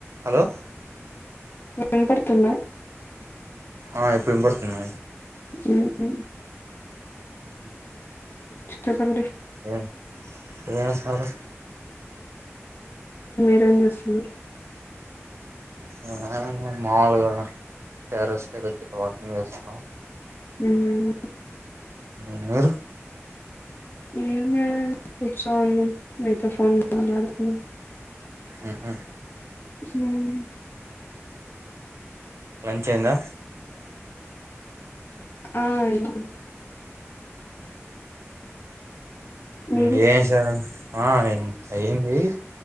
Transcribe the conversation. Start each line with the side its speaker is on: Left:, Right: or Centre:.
Right: హలో
Left: వినబడుతుందా
Right: ఆ ఇప్పుడు వినపడుతుంది
Left: ఉహామ్
Right: బ్లాంక్
Left: చెప్పండి
Right: ఏంచేస్తున్నారు
Left: ఎం చేస్తున్నవ్
Right: ఆ మాములుగా టరస్ పైకి వచ్చి వాకింగ్ చేస్తున్న
Left: ఊహ్మ్మ్
Right: మీరు
Left: ఏంలేదు కూర్చొని మీతో ఫోన్ మాట్లాడుతున్న
Right: ఉహు
Left: హ్మ్మ్
Right: లంచ్ అయిందా
Left: ఆ అయ్యింది
Right: ఉమ్
Left: మీది
Right: ఏం చేసారు ఆ ఏ అయింది